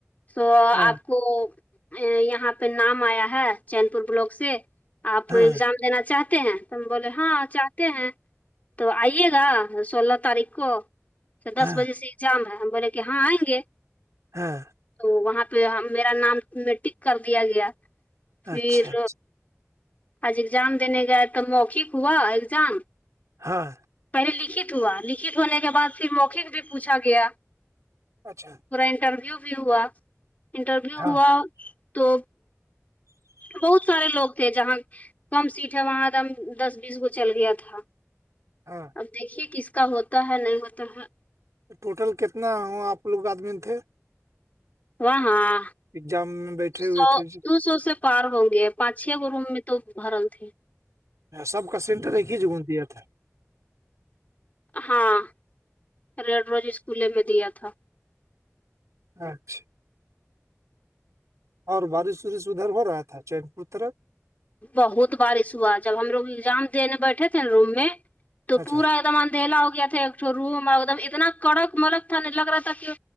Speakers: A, on the left (about 30°); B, on the right (about 80°).
A: تو
B: ہاں
A: آپ کو یہاں پہ نام آیا ہے چین پور بلاک سے آپ
B: ہاں
A: ایگزام دینا چاہتے ہیں بولے ہاں ہیں تو آئیے گا سولہ تاریخ کو دس
B: ہاں
A: بجے سے جام ہے ہم بولے کہ ہاں آئیں گے
B: ہاں
A: تو وہاں پہ میرا نام میں ٹک کر دیا گیا پھر
B: اچھا اچھا
A: آج ایگزام دینے گئے تو موخک ہوا ایگزام
B: ہاں
A: پہلے لکھت ہوا لکھت ہونے کے بعد پھر موخک بھی پوچھا گیا
B: اچھا
A: میرا انٹرویو بھی ہوا انٹرویو
B: ہاں
A: ہوا تو بہت سارے لوگ تھے جہاں کم سیٹ ہے وہاں دم دس بیس گ چل گیا تھا
B: ہاں
A: اب دیکھیے کس کا ہوتا ہے نہیں ہوتا ہے
B: تو ٹوٹل کتنا ہوا آپ لوگ آدمی تھے
A: وہ ہاں
B: ایگزام میں بیٹھے ہوئے
A: سو
B: تھے
A: دو سو سے پار ہوں گے پانچ چھ کو روم میں تو بھرل تھی
B: سب کا سینٹر ایک ہی جگون دیا تھا
A: ہاں ریڈ روز اسکولے میں دیا تھا
B: اچھا اور بارش وارش ادھر ہو رہا تھا چین پور طرف
A: بہت بارش ہوا جب ہم لوگ ایگزام دینے بیٹھے تھے نا روم میں تو
B: اچھا
A: پورا ایک دم ڈھیلا ہو گیا تھا ایک روم ایک دم اتنا کڑک ملک تھا نہیں لگ رہا تھا کہ